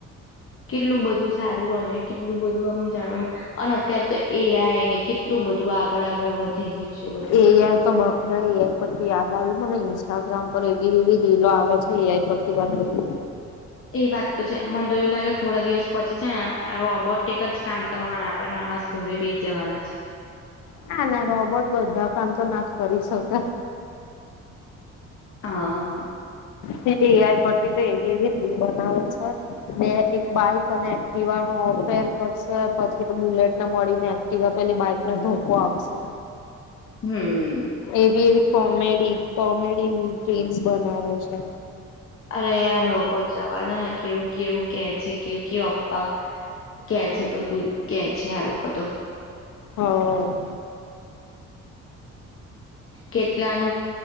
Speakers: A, on the left (about 45°); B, on the left (about 85°).
A: કેટલું બધું સારું અને કેટલું બધું આમ જાણવા અને અત્યારે તો એ આઈ ને કેટલું બધું આગળ આગળ વધી ગયું. છે બધી
B: એ આઈ તો બાપરે એ આઈ પરથી યાદ આવ્યું મને ઇન્સ્ટાગ્રામ હવે એવી-એવી લીલો આવે છે એ આઈ પરથી બનાલી.
A: એ વાત તો છે. મને તો એવું લાગે થોડા દિવસ પછી છે ને, આ રોબોટિક જ કામ કરવાના આપણેે માણસ ઘરે બેય જવાના છે.
B: ના ના રોબોટ બધા કામ તો ના જ કરી શકે.
A: હા.
B: ફિર એ આઈ પરથી તો એવી એવી રીલ બનાવે છે. બે એક બાઈક અને એક્ટિવા નો અફેર કરશે. પછી બુલેટને મળીને એક્ટિવા પેલી બાઈકને ધોકો આપશે.
A: હમ્મ.
B: એવી એવી કોમેડી કોમેડી રી-રીલ્સ બનાવે છે.
A: અરે, આ લોકો જવા ના કેવું કેવું કે છે. કેવું કેવું અફવા કે છે બધું કે છે આ લોકો તો.
B: હ અ.
A: કેટલાનું